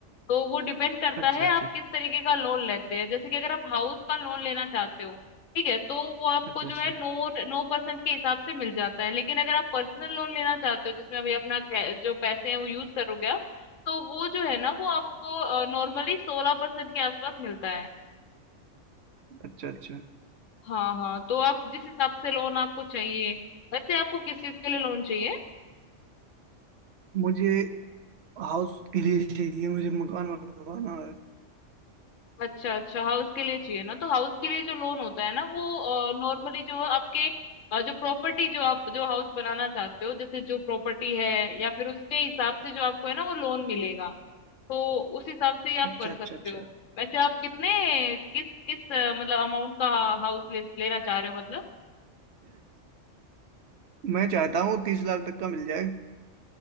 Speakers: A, on the left; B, on the right.
A: तो वो डिपेंड करता
B: अच्छा
A: है
B: अच्छा
A: आप किस तरीके का लोन लेते हैं जैसे कि अगर आप हाउस का लोन लेना चाहते हो ठीक है तो वो आपको
B: अच्छा
A: जो
B: अच्छा
A: है नौ नौ परसेंट के हिसाब से मिल जाता है लेकिन अगर आप पर्सनल लोन लेना चाहते हो जिसमें अभी अपना कै- जो पैसे हैं वो यूज करोगे आप तो वो जो है ना वो आपको नॉर्मली सोलह परसेंट के आसपास मिलता है
B: अच्छा अच्छा
A: हाँ हाँ तो आप जिस हिसाब से लोन आपको चाहिए वैसे आपको किस चीज के लिए लोन चाहिए
B: मुझे हाउस के लिए चाहिए मुझे मकान बनवाना है
A: अच्छा अच्छा हाउस के लिए चाहिए ना तो हाउस के लिए जो लोन होता है ना वो नॉर्मली जो आपके अ, जो प्रॉपर्टी जो आप जो हाउस बनाना चाहते हो जैसे जो प्रॉपर्टी है या फिर उसके हिसाब से जो आपको है ना वो लोन मिलेगा तो उस हिसाब से ही
B: अच्छा
A: आप कर
B: अच्छा
A: सकते
B: अच्छा
A: हो वैसे आप कितने किस किस अ, मतलब अमाउंट का हाउस ले, लेना चाह रहे हो मतलब
B: मैं चाहता हूँ तीस लाख तक का मिल जाए